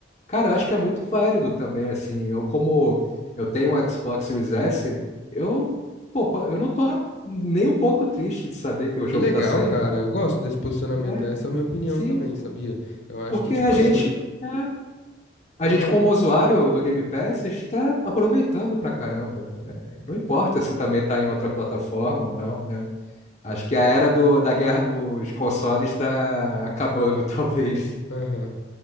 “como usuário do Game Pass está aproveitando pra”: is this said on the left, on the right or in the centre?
Left